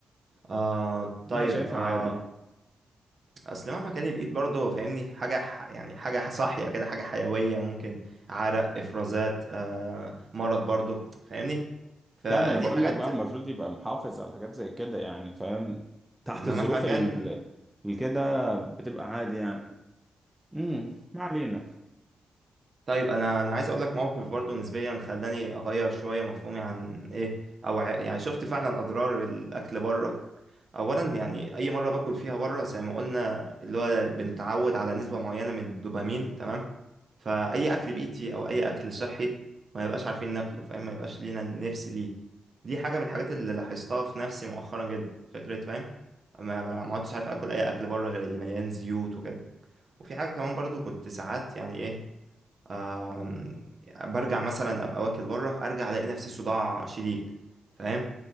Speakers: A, on the right; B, in the centre.
A: آه
B: لا
A: طيب
B: شايفها
A: آه
B: عادي
A: اصل مهما كان الايد برضو فاهمني حاجة ح- يعني حاجة صاحية كده حاجة حيوية ممكن عرق افرازات آه مرض برضو فاهمني فدي
B: لا ما انا بقول
A: حاجات
B: لك بقى المفروض يبقى محافظ على حاجات زي كده يعني فاهم تحت
A: ما
B: الظروف
A: مهما كان
B: ال ال- كده بتبقى عادي يعني امم ما علينا
A: طيب انا انا عايز اقول لك موقف برضو نسبيا خلاني اغير شويه مفهومي عن ايه او ع- يعني شفت فعلا اضرار الاكل بره اولا يعني اي مره باكل فيها بره زي ما قلنا اللي هو بنتعود على نسبه معينه من الدوبامين تمام فاي اكل بيتي او اي اكل صحي ما يبقاش عارفين ناكله فاهم ما يبقاش لينا نفس ليه دي حاجه من الحاجات اللي لاحظتها في نفسي مؤخرا جدا فكره فاهم ما ما ما عدتش عارف اكل اي اكل بره غير اللي مليان زيوت وكده وفي حاجه كمان برضو كنت ساعات يعني ايه آم، برجع مثلا ابقى واكل بره ارجع الاقي نفسي صداع شديد فاهم